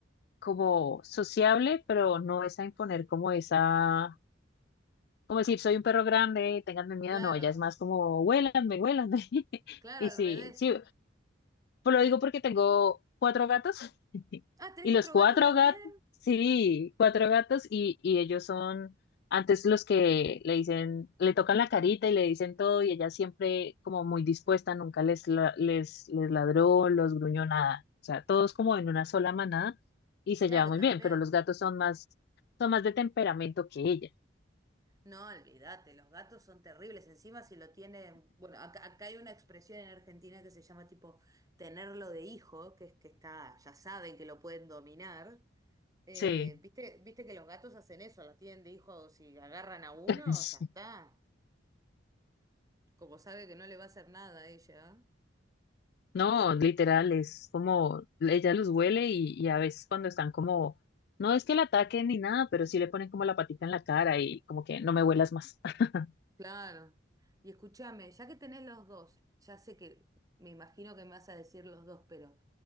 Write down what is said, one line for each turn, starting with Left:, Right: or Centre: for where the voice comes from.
Left: como sociable, pero no es a imponer como esa Como decir, soy un perro grande, ténganme miedo,
Right: Claro,
Left: no, ella es más como, huélanme, huélanme. <laughs>
Right: claro,
Left: Y
Right: al
Left: sí,
Right: revés.
Left: sí, pues lo digo porque tengo cuatro gatos <laughs>
Right: Ah, ¿tenés
Left: y
Right: cuatro
Left: los cuatro
Right: gatos también?
Left: gatos, sí, cuatro gatos y, y ellos son antes los que le dicen, le tocan la carita y le dicen todo y ella siempre como muy dispuesta, nunca les, la- les, les ladró, los gruñó nada. O sea, todos como en una sola manada y se
Right: Claro,
Left: lleva muy
Right: también.
Left: bien, pero los gatos son más, son más de temperamento que ella.
Right: No, olvídate, los gatos son terribles. Encima si lo tienen, bueno, acá, acá hay una expresión en Argentina que se llama tipo tenerlo de hijo, que es que está, ya saben que lo pueden dominar. Eh,
Left: Sí.
Right: ¿viste, viste que los gatos hacen eso, la tienen de hijo, si agarran a uno,
Left: <laughs>
Right: ya está. Como sabe que no le va a hacer nada a ella.
Left: No, literal, es como ella los huele y, y a veces cuando están como, no es que la ataquen ni nada, pero sí le ponen como la patita en la cara y como que no me huelas más. <laughs>
Right: Claro. Y escúchame, ya que tenés los dos, ya sé que me imagino que me vas a decir los dos, pero